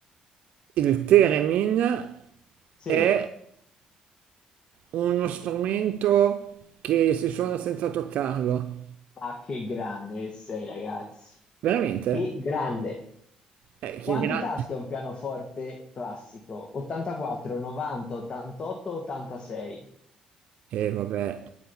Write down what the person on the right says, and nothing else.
Il Teremin
è uno strumento che si suona senza toccarlo.
Veramente?
Eh, che
gra-
Eh, vabbè,